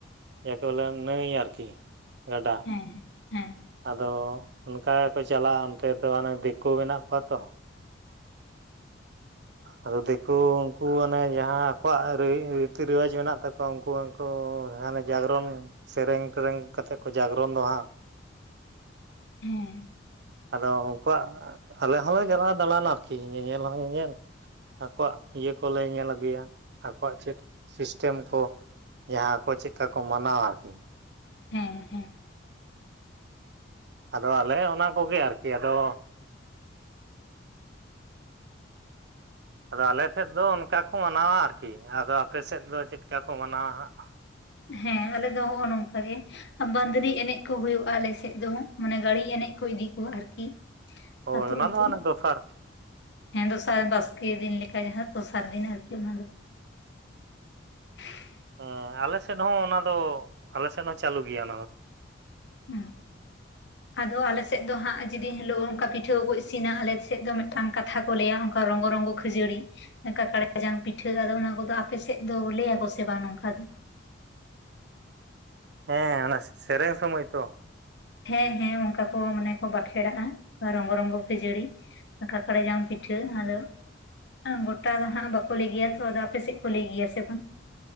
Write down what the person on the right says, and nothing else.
ᱡᱟᱠᱮ ᱵᱚᱞᱮ ᱱᱟᱹᱭ ᱟᱨᱠᱤ ᱜᱟᱰᱟ᱾
ᱟᱫᱚ ᱚᱱᱠᱟ ᱜᱮᱠᱚ ᱪᱟᱞᱟᱜᱼᱟ ᱚᱱᱛᱮ ᱫᱚ ᱚᱱᱮ ᱫᱤᱠᱩ ᱢᱮᱱᱟᱜ ᱠᱚᱣᱟ ᱛᱚ ᱟᱫᱚ ᱫᱤᱠᱩ ᱩᱱ ᱦᱟᱱᱮ ᱡᱟᱦᱟᱸ ᱟᱠᱚᱣᱟᱜ ᱨᱤᱛᱤ ᱨᱮᱣᱟᱡᱽ ᱢᱮᱱᱟᱜ ᱛᱟᱠᱚᱣᱟ ᱩᱱᱠᱩ ᱦᱚᱸᱠᱩ ᱦᱟᱱᱮ ᱡᱟᱜᱽᱨᱚᱱ ᱥᱮᱨᱮᱧ ᱴᱮᱨᱮᱧ ᱠᱟᱛᱮᱫ ᱠᱚ ᱡᱟᱜᱽᱨᱚᱱ ᱫᱚ ᱦᱟᱸᱜ
ᱟᱫᱚ ᱩᱱᱠᱩᱣᱟᱜ ᱟᱞᱮ ᱦᱚᱸᱞᱮ ᱦᱚᱸ ᱪᱟᱞᱟᱣ ᱫᱟᱬᱟᱱᱟ ᱟᱨᱠᱤ ᱧᱮᱧᱮᱞ ᱦᱚᱸ ᱧᱮᱧᱮᱞ ᱟᱠᱚᱣᱟᱜ ᱤᱭᱟᱹ ᱠᱚᱞᱮ ᱧᱮᱞ ᱟᱹᱜᱩᱭᱟ ᱟᱠᱚᱣᱟᱜ ᱪᱮᱫ ᱥᱤᱥᱴᱮᱢ ᱠᱚ ᱡᱟᱦᱟᱸ ᱠᱚ ᱪᱮᱫᱠᱟ ᱠᱚ ᱢᱟᱱᱟᱣᱟ ᱟᱨᱠᱤ
ᱟᱫᱚ ᱟᱞᱮ ᱚᱱᱟ ᱠᱚᱜᱮ ᱟᱨᱠᱤ ᱟᱫᱚᱼᱼ ᱟᱫᱚ ᱟᱞᱮ ᱥᱮᱫ ᱫᱚ ᱚᱱᱠᱟ ᱠᱚ ᱢᱟᱱᱟᱣᱟ ᱟᱨᱠᱤ ᱟᱫᱚ ᱟᱯᱮ ᱥᱮᱫ ᱫᱚ ᱪᱮᱫ ᱠᱟ ᱠᱚ ᱢᱟᱱᱟᱣᱟ ᱦᱟᱸᱜ?
ᱦᱳᱭ
ᱚᱱᱟ
ᱫᱚ ᱦᱟᱱᱮ ᱫᱚᱥᱟᱨ
ᱦᱮᱸ ᱟᱞᱮ ᱥᱮᱫ ᱦᱚᱸ ᱚᱱᱟ ᱫᱚ ᱟᱞᱮ ᱥᱮᱫ ᱦᱚᱸ ᱪᱟᱹᱞᱩ ᱜᱮᱭᱟ ᱚᱱᱟ ᱫᱚ᱾
ᱦᱮᱸ ᱚᱱᱟ ᱥᱮᱨᱮᱧ ᱥᱚᱢᱚᱭ ᱛᱚ